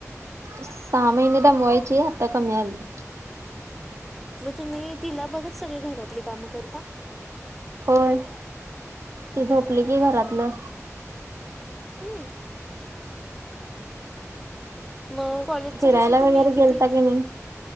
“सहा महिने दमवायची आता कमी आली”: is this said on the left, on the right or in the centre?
Right